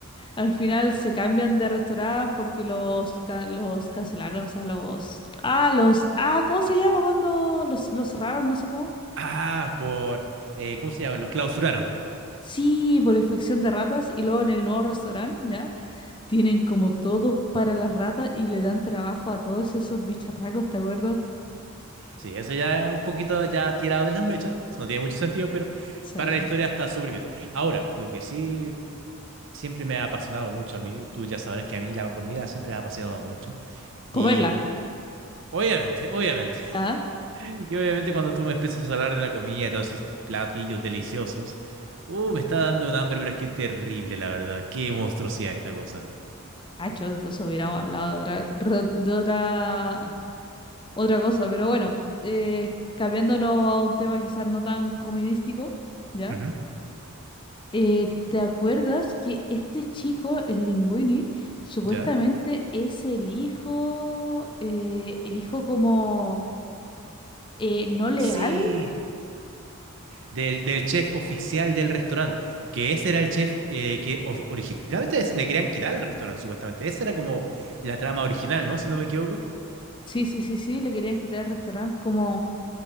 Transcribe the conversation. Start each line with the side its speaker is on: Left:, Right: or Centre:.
Left: Al final se cambian de restaurante porque los, ca- los cancelaron, o sea, los... Ah, los... Ah, ¿cómo se llama cuando los, los cerraron? No sé cómo.
Right: Ah, por, eh, ¿cómo se llama? Los clausuraron.
Left: Sí, por infección de ratas y luego en el nuevo restaurante, ¿ya? Tienen como todo para las ratas y le dan trabajo a todos esos bicharracos, ¿te acuerdas?
Right: Sí, eso ya es un poquito ya tirado de las mechas, no tiene mucho sentido, pero
Left: Sí.
Right: para la historia está súper bien. Ahora, lo que sí siempre me ha apasionado mucho a mí, tú ya sabrás que a mí la comida siempre me ha apasionado mucho.
Left: Comerla,
Right: Y Obviamente, obviamente. <laughs>
Left: ¿ya?
Right: Y obviamente cuando tú me empiezas a hablar de la comida, todos esos platillos deliciosos, uh, me está dando un hambre, pero es que terrible, la verdad. Qué monstruosidad esta cosa.
Left: Ah, chos, entonces hubiéramos hablado de otra, ro- de otra, otra cosa, pero bueno, eh, cambiándonos a un tema quizás no tan comidístico, ¿ya?
Right: Ujú,
Left: Eh, ¿te acuerdas que este chico, el Linguini, supuestamente
Right: ¿Ya?
Left: es el hijo, eh, el hijo como eh, no legal?
Right: Sí. Del, del chef oficial del restaurante, que ese era el chef eh, que of- originalmente es- le querían quitar el restaurante, supuestamente. Esa era como la trama original, ¿no? Si no me equivoco.
Left: Sí, sí, sí, sí, le querían quitar el restaurante como